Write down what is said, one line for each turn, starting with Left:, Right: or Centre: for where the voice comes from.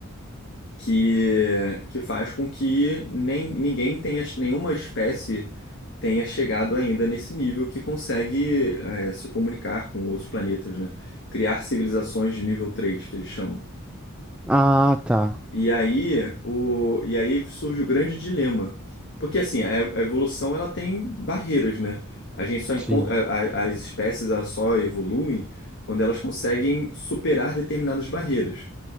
Left: que, que faz com que nem, ninguém tenha, nenhuma espécie tenha chegado ainda nesse nível que consegue é, se comunicar com outros planetas, né? Criar civilizações de nível 3 que eles chamam.
Centre: Ah, tá.
Left: E aí, o, e aí surge o grande dilema. Porque assim, a a evolução ela tem barreiras, né? A gente só encon-
Centre: Sim,
Left: a- a- as espécies elas só evoluem quando elas conseguem superar determinadas barreiras.